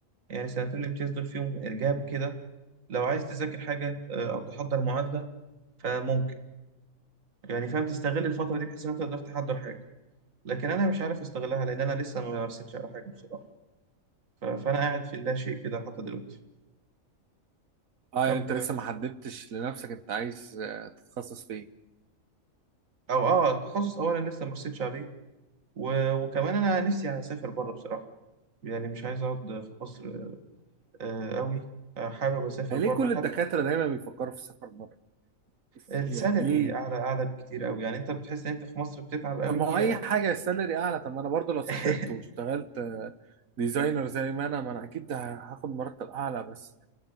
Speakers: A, on the right (about 75°); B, on the right (about 80°).
A: يعني سنتين الامتياز دول فيهم إرجاب كده لو عايز تذاكر حاجة آه، أو تحضر معادلة فممكن يعني فاهم تستغل الفترة دي بحيث إن أنت تقدر تحضر حاجة لكن أنا مش عارف أستغلها لأن أنا لسه ما مارستش على حاجة بصراحة ف- فأنا قاعد في اللاشيء كده حتى دلوقتي
B: اه
A: طب
B: يعني انت لسه ما حددتش لنفسك انت عايز آه، تتخصص في ايه
A: او اه التخصص اولا لسه ما رسيتش عليه و... وكمان انا نفسي اسافر بره بصراحه يعني مش عايز اقعد في مصر آه، قوي آه، حابب اسافر
B: يعني
A: بره
B: ليه كل
A: حتى
B: الدكاتره دايما بيفكروا في السفر بره بس-
A: السالري
B: يعني ليه
A: اعلى اعلى بكتير قوي يعني انت بتحس ان انت في مصر بتتعب قوي
B: طب ما هو اي
A: آه،
B: حاجه السالري اعلى طب ما انا برضو لو سافرت
A: <laughs>
B: واشتغلت آه، ديزاينر زي ما انا ما انا اكيد هاخد مرتب اعلى بس